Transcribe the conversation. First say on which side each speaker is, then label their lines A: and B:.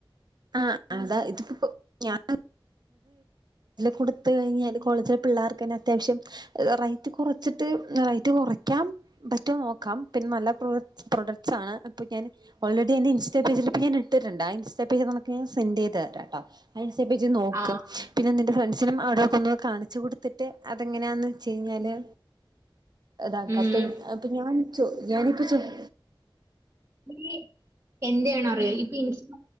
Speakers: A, on the right; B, on the right.
A: ആഹ അതാ ഇതിപ്പോ ഞാൻ കൂടെ ത്ത് കഴിഞ്ഞാല് കോളേജിലെ പിള്ളേർക്ക് ന്നെ അത്യാവശ്യം റൈറ്റ് കുറച്ചിട്ട് റൈറ്റ് കുറയ്ക്കാം. പറ്റൊ നോക്കാം പിന്നെ നല്ല പ്രൊഡ ക്സ് പ്രൊഡക്ട്സ് ആണ് അപ്പൊ ഞാന് ഓൾറെഡി എന്റെ ഇൻസ്റ്റാ പേജിൽപ്പോ ഞൻ ഇട്ട്ണ്ട് ആ ഇൻസ്റ്റാ പേജ് നിനക്ക് സെന്റ് ചെയ്തെരാട്ടൊ അൻസെയ്ബി ജ് നോക്ക്
B: ആഹ്
A: പിന്നെ നിന്റെ ഫ്രണ്ട്സിനും അവിടെയൊക്കെ ഒന്ന് കാണിച്ച് കൊടുത്തിട്ട് അതെങ്ങനാന്ന് ച്ചെയ്ഞ്ഞാല് താക്ക
B: ഉം
A: അപ്പ അപ്പൊ ഞാൻ ചോ ഞാനിപ്പ ചൊതി
B: ഈ എന്റെയാണോ അറിയോ ഇപ്പ ഇൻസ്റ്റ